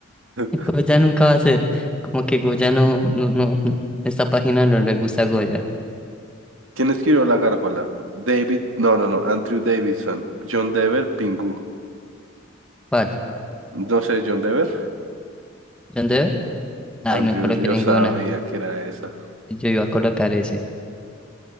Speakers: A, on the right; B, in the centre.
A: No.
B: Goya nunca va a ser. Como que Goya no, no, no, esta página no le gusta a Goya.
A: ¿Quién escribió la gárgola? David, no, no, no, Andrew Davidson. John Dever, Pingu.
B: ¿Cuál?
A: No sé, John Dever.
B: ¿John Deere? Ay,
A: Andrew,
B: no coloqué
A: yo
B: ninguna.
A: sabía que era esa.
B: Yo iba a colocar ese.